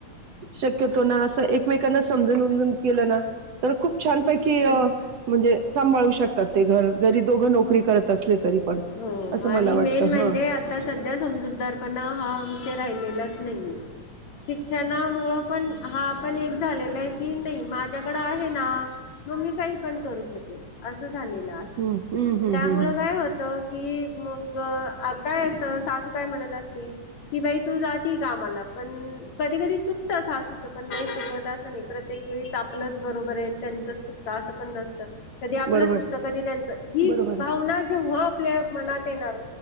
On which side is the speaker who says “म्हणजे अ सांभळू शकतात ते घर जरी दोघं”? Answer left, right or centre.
Right